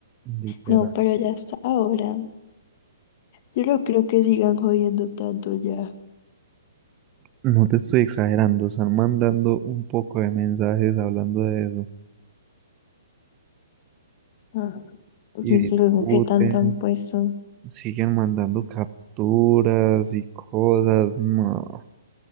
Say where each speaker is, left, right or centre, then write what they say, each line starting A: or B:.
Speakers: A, on the right (about 25°); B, on the left (about 40°).
A: literal.
B: No, pero ya está ahora. Yo no creo que sigan jodiendo tanto ya.
A: No te estoy exagerando, están mandando un poco de mensajes hablando de eso
B: Ah, Y
A: y discuten,
B: luego que tanto han puesto.
A: siguen mandando capturas y cosas. No,